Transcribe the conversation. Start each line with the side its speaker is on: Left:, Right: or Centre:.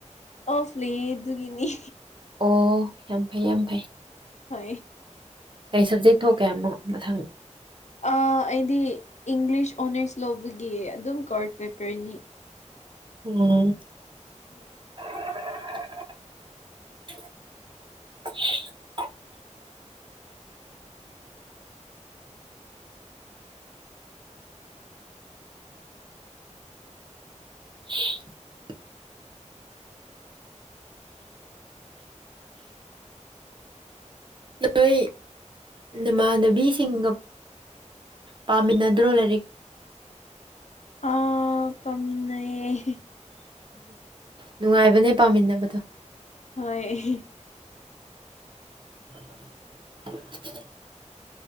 Left: ꯑꯣꯐꯂꯤ ꯗꯨꯒꯤꯅꯤ
Right: ꯑꯣ ꯌꯥꯝ ꯐꯩ ꯌꯥꯝ ꯐꯩ
Left: ꯍ
Right: ꯀꯩ ꯁꯕꯖꯦꯛ ꯊꯣꯛꯀꯦꯛ ꯃꯊꯪ
Left: ꯑꯩꯗꯤ ꯏꯪꯂꯤꯁ ꯑꯣꯅꯔꯁ ꯂꯧꯕꯒꯤ ꯑꯗꯨꯝ ꯀꯣꯔꯔꯠ ꯄꯦꯄꯔꯅꯤ
Right: ꯎꯝ
Left: ꯍꯣꯏ
Right: <unintelligible> <unintelligible> ꯑꯩꯈꯣꯏ ꯅꯃꯥꯟꯅꯕꯤꯁꯤꯡꯒ ꯄꯥꯃꯤꯟꯅꯗ꯭ꯔꯣ ꯂꯥꯏꯔꯤꯛ
Left: ꯑ ꯄꯥꯃꯤꯟꯅꯩ
Right: ꯅꯨꯡꯉꯥꯏꯕꯅꯦ ꯄꯥꯃꯤꯟꯅꯕꯗꯣ
Left: ꯍꯣꯏ
Right: <inaudible>